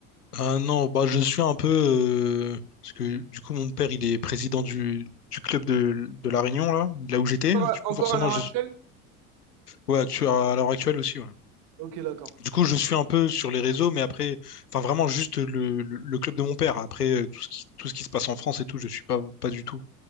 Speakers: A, on the left; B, on the right.
A: Ah non, bah je suis un peu euh, parce que du coup mon père il est président du, du club de, de La Réunion là, de là où j'étais.
B: Ouais,
A: Du coup
B: Encore
A: forcément
B: à l'heure
A: je
B: actuelle?
A: ouais tu à l'heure actuelle aussi ouais.
B: Ok, d'accord.
A: Du coup je suis un peu sur les réseaux mais après enfin vraiment juste le, le, le club de mon père. Après euh, tout ce qui tout ce qui se passe en France et tout, je suis pas pas du tout.